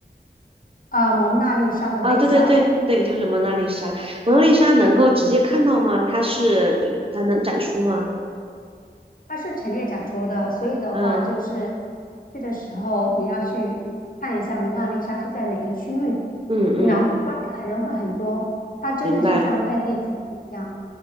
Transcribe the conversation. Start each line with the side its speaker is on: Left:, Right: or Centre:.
Left: 呃，蒙娜丽莎的微笑，
Right: 啊、对对对对，就是蒙娜丽莎。蒙娜丽莎能够直接看到吗？它是就它能展出吗？
Left: 它是陈列展出的，所以的话就是
Right: 嗯
Left: 去的时候你要去看一下蒙娜丽莎是在哪个区域，
Right: 嗯嗯，
Left: 那观看的人会很多。它真的是像外界讲的一样。
Right: 明白